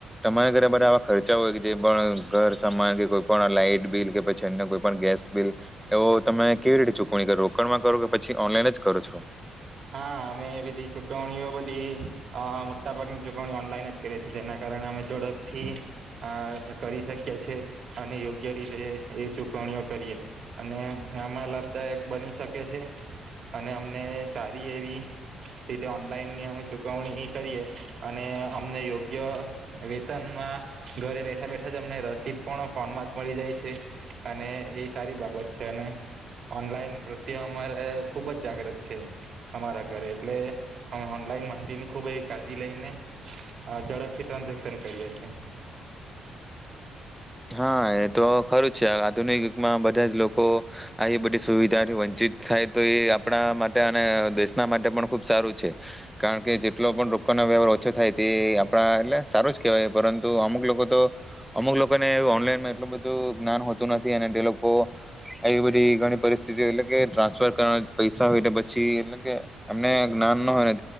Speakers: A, in the centre; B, on the right.
A: તમારા ઘરે બ આવા ખર્ચા હોય કે જે પણ ઘર સમાન કે કોઈ પણ લાઈટ બિલ કે પછી છેને કોઈ પણ ગેસ બિલ એવો તમે કેવી રીતે ચુક કો રોકણમાં કરો પી ઓનલાઈન કરું છું.
B: હા અમે એ બધી ચુકવણીઓ બધી, મોટા ભાગની ચૂકવણીઓ ઓનલાઈન જ કરીએ છીએ જેના કારણે અમે ઝડપથી કરી શકીએ છીએ અને યોગ્ય રીતે એ ચુકવણીઓ કરીએ અને આમાં લાભદાયક બની શકે છે, અને અમને સારી એવી રીતે ઓનલાઈનની અમે ચૂકવણી કરીએ અને અમને યોગ્ય વેતનમાં ઘરે બેઠા બેઠા જ અમને રસીદ પણ ફોનમાં જ મળી જાય છે, અને એ સારી બાબત છે અને ઓનલાઈન પ્રત્યે અમારે ખૂબ જ જાગ્રત છે. અમારા ઘરે એટલે, અમે ઓનલાઈન માહિતીની ખુબ કાળજી લઈને ઝડપથી ટ્રાન્ઝેક્શન કરીએ છીએ.
A: હા એ તો ખરું જ છે આધુનિક યુગમાં બધા જ લોકો, આ બધી સુવિધાથી વંચિત થાય તો એ આપણા માટે અને દેશના માટે પણ ખુબ સારું છે, કારણ કે જેટલો પણ રોનો વ્યવહાર ઓછો થાય તે આપણા એટલે સારો જ કેહેવાય પરંતુ અમુક લોકો તો, અમુક લોકો ઓનલાઈનમાં એટલું બધું જ્ઞાન હોતું નથી અને તે લોકો, એ બધી ઘણી પરિસ્થિતિ એટલે કે ટ્રાન્સફર કરવા પૈસા હોય પછી એટલે કે એમને જ્ઞાન ના હોયને